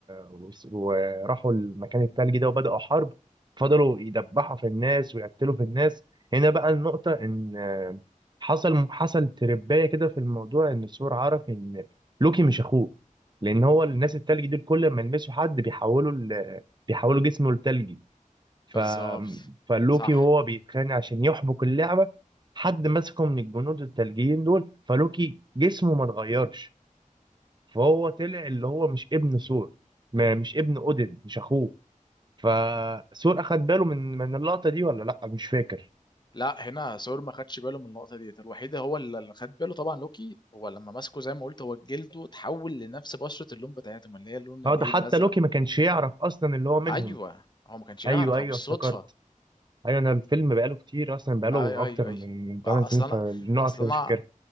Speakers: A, on the right (about 35°); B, on the left (about 30°).
A: و- وراحوا المكان التلجي ده وبدأوا حرب فضلوا يدبحوا في الناس ويقتلوا في الناس هنا بقى النقطة إن آه، حصل حصل ترباية كده في الموضوع إن السور عرف إن لوكي مش أخوه لأن هو الناس التلجي دول كل ما يلمسوا حد بيحولوا ال... بيحولوا جسمه لتلجي ف...
B: بالظبط
A: فلوكي
B: صح
A: وهو بيتخانق عشان يحبك اللعبة حد مسكه من الجنود التلجيين دول فلوكي جسمه ما اتغيرش فهو طلع اللي هو مش ابن ثور ما مش ابن اودن مش اخوه فثور اخد باله من من اللقطه دي ولا لا مش فاكر
B: لا هنا سور ما خدش باله من النقطه ديت الوحيده هو اللي اللي خد باله طبعا لوكي هو لما مسكه زي ما قلت هو جلده اتحول لنفس بشره اللون بتاعتهم اللي هي اللون الايه
A: اه ده حتى
B: الازرق
A: لوكي ما كانش يعرف اصلا اللي هو منهم
B: ايوه هو ما كانش يعرف
A: ايوه ايوه
B: هو بالصدفه
A: افتكرت ايوه انا الفيلم بقاله كتير اصلا بقاله
B: اي
A: اكتر
B: ايوه ايوه
A: من من 8
B: آه،
A: سنين
B: اصل انا
A: فالنقط
B: اصل
A: مش
B: انا
A: فاكرها